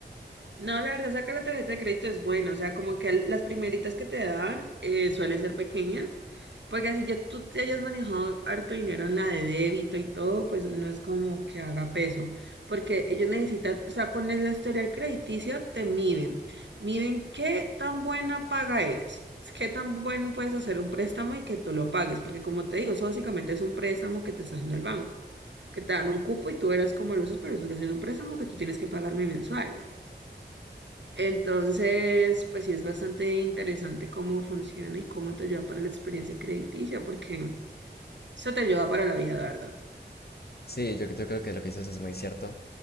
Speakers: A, on the right; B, on the left.
A: No, la verdad, sacar la tarjeta de crédito es bueno, o sea, como que el- las primeritas que te dan eh, suelen ser pequeñas, porque así ya tú te hayas manejado harto dinero en la de débito y todo, pues no es como que haga peso, porque ellos necesitan, o sea, con el historial crediticio te miden, miden qué tan buena paga eres, qué tan bueno puedes hacer un préstamo y que tú lo pagues, porque como te digo, eso básicamente es un préstamo que te está haciendo el banco, que te dan un cupo y tú verás cómo lo usas, pero eso es que es un préstamo que tú tienes que pagarme mensual. Entonces, pues sí es bastante interesante cómo funciona y cómo te ayuda para la experiencia crediticia, porque eso te ayuda para la vida, la verdad.
B: Sí, yo, yo creo que lo que dices es muy cierto.